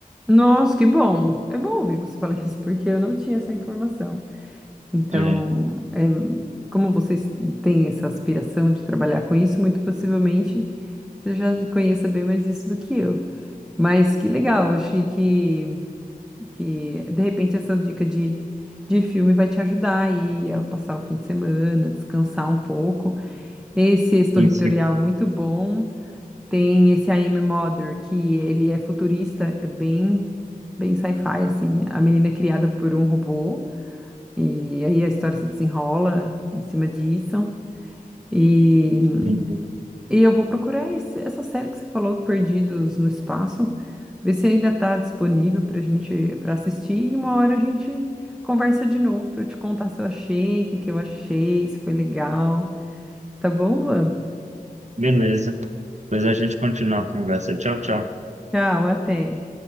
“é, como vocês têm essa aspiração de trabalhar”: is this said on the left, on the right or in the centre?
Centre